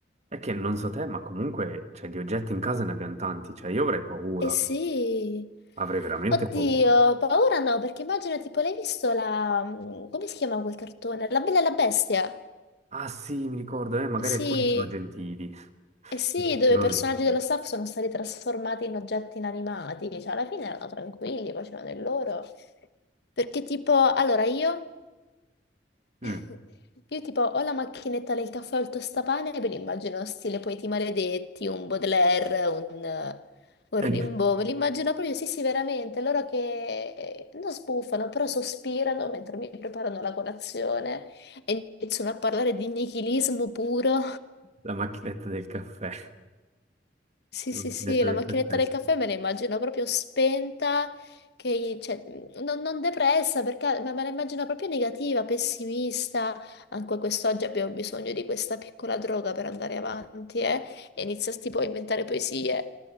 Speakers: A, on the right (about 40°); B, on the left (about 65°).
A: È che non so te, ma comunque, cioè, di oggetti in casa ne abbiamo tanti. Cioè, io avrei paura.
B: Eh sì.
A: Avrei veramente
B: Oddio,
A: paura.
B: paura no, perché immagino tipo l'hai visto la... mm, come si chiama quel cartone? La Bella e la Bestia.
A: Ah, sì, mi ricordo, eh, magari
B: Eh Sì,
A: alcuni sono gentili. <laughs>
B: eh sì,
A: Effettivamente.
B: dove i personaggi dello staff sono stati trasformati in oggetti inanimati, cioè alla fine erano tranquilli, facevano il loro. Perché tipo, allora io
A: Mm.
B: <laughs> Io tipo ho la macchinetta del caffè o il tostapane e ve li immagino stile Poeti Maledetti, un Baudelaire, un, eh, un
A: <laughs>
B: Rimbaud, ve li immagino proprio, sì sì veramente, loro che non sbuffano, però sospirano mentre mi preparano la colazione e iniziano a parlare di nichilismo puro.
A: La macchinetta del caffè.
B: Sì,
A: La
B: sì,
A: macchinetta
B: sì, la
A: del
B: macchinetta
A: caffè.
B: del
A: sì.
B: caffè me la immagino proprio spenta, che, cioè, mhmm, non, non depressa, perché, ma me la immagino proprio negativa, pessimista. Anche quest'oggi abbiamo bisogno di questa piccola droga per andare avanti, eh? E inizia tipo a inventare poesie.